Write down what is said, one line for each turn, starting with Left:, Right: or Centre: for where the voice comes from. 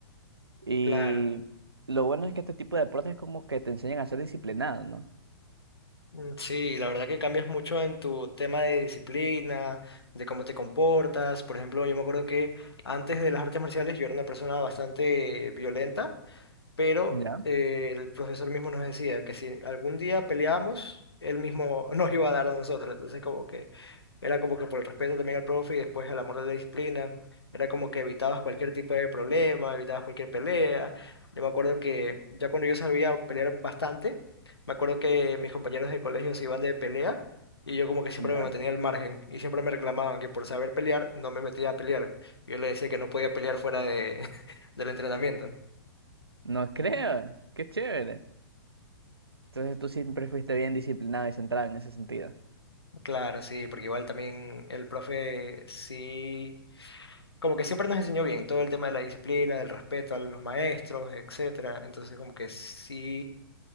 Right: Y
Left: Claro.
Right: lo bueno es que este tipo de deportes como que te enseñan a ser disciplinado, ¿no?
Left: Mm, Sí, la verdad que cambias mucho en tu tema de disciplina, de cómo te comportas. Por ejemplo, yo me acuerdo que antes de las artes marciales yo era una persona bastante violenta pero
Right: ¿Ya?
Left: eh, el profesor mismo nos decía que si algún día peleábamos, él mismo <laughs> nos iba a dar a nosotros. Entonces, como que era como que por el respeto también al profe y después al amor de la disciplina, era como que evitabas cualquier tipo de problema, evitabas cualquier pelea. Yo me acuerdo que ya cuando yo sabía pelear bastante, me acuerdo que mis compañeros de colegio se iban de pelea. Y yo como que siempre
Right: ¿Ya?
Left: me mantenía al margen y siempre me reclamaban que por saber pelear no me metía a pelear. Yo le decía que no podía pelear fuera de, <laughs> del entrenamiento.
Right: No creo, qué chévere. Entonces tú siempre fuiste bien disciplinado y centrado en ese sentido.
Left: Claro, sí, porque igual también el profe sí, como que siempre nos enseñó bien todo el tema de la disciplina, del respeto a los maestros, etcétera. Entonces, como que sí,